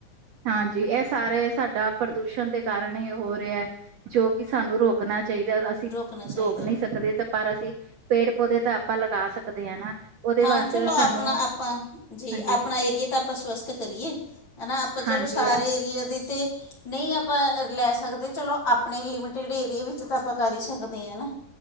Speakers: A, on the right; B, on the left.
A: ਹਾਂਜੀ, ਇਹ ਸਾਰੇ ਸਾਡਾ ਪ੍ਰਦੂਸ਼ਣ ਦੇ ਕਾਰਨ ਹੀ ਹੋ ਰਿਹਾ। ਜੋ ਕਿ ਸਾਨੂੰ ਰੋਕਣਾ ਚਾਹੀਦਾ ਔਰ ਅਸੀਂ
B: ਰੋਕਣਾ ਚਾਹੀਦਾ
A: ਰੋਕ ਨਹੀਂ ਸਕਦੇ ਤਾਂ ਪਰ ਅਸੀਂ ਪੇੜ-ਪੌਦੇ ਤਾਂ ਆਪਾਂ ਲਗਾ ਸਕਦੇ ਹਾਂ ਨਾ ਉਹਦੇ
B: ਹਾਂ,
A: ਵਾਸਤੇ
B: ਚਲੋ
A: ਤਾਂ
B: ਆਪਣਾ-ਆਪਾਂ
A: ਸਾਨੂੰ
B: ਜੀ
A: ਹਾਂਜੀ
B: ਆਪਣਾ ਏਰੀਏ ਤਾਂ ਆਪਾਂ ਸਵਸੱਥ ਤੇ ਕਰੀਏ, ਹਨਾ ਆਪਾਂ
A: ਹਾਂਜੀ
B: ਚਲੋ ਸਾਰੇ ਏਰੀਏ ਦੇ ਤੇ ਨਹੀਂ ਆਪਾਂ ਲੈ ਸਕਦੇ ਚਲੋ ਆਪਣੇ ਲਿਮਟਿਡ ਏਰੀਏ ਵਿੱਚ ਤਾਂ ਆਪਾਂ ਕਰ ਹੀ ਸਕਦੇ ਹਾਂ ਨਾ